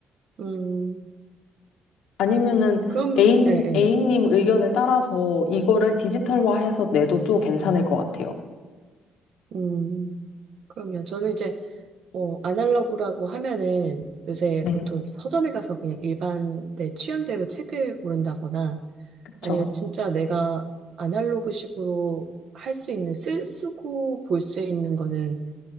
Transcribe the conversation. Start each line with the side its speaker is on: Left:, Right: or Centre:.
Right: 음.
Left: 아니면은
Right: 그럼,
Left: 애인,
Right: 예, 예.
Left: 애인님 의견을 따라서 이거를 디지털화해서 내도 또 괜찮을 것 같아요.
Right: 음, 그럼요. 저는 이제 어, 아날로그라고 하면은 요새
Left: 네,
Right: 보통 서점에 가서 그냥 일반 내 취향대로 책을 고른다거나
Left: 그쵸.
Right: 아니면 진짜 내가 아날로그식으로 할 수 있는, 쓰, 쓰고 볼 수 있는 거는